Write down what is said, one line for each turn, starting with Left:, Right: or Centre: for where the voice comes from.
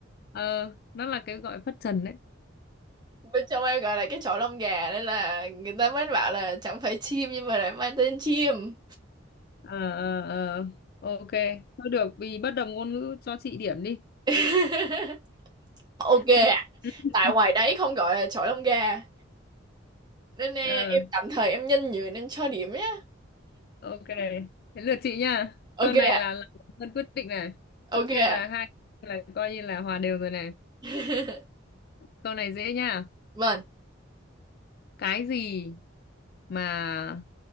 Left: ờ nó là cái gọi phất trần đấy.
Right: bên trong em gọi là cái chọi lông gà nên là người ta mới bảo là chẳng phải chim nhưng mà lại mang tên chim
Left: Ờ ờ ờ ok. Thôi được vì bất đồng ngôn ngữ cho chị điểm đi.
Right: <laughs> ok ạ.
Left: <laughs>
Right: tại ngoài đấy không gọi là chọi lông gà nên eh,
Left: Ờ
Right: em tạm thời em nhân nhường em cho điểm nhé
Left: ok. Thế lượt chị nha. Tơn
Right: ok
Left: này
Right: ạ,
Left: là là Tơn quyết định này. Chỗ
Right: ok
Left: kia
Right: ạ.
Left: là hai là coi như là hòa đều rồi này.
Right: <laughs>
Left: Câu này dễ nha.
Right: vâng
Left: Cái gì mà